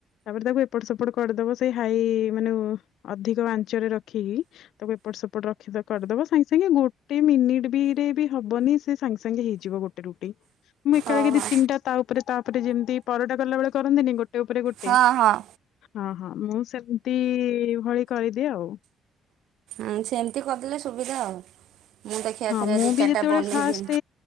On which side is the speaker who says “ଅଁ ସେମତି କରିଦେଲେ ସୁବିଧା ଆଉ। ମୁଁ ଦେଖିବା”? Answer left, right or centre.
Right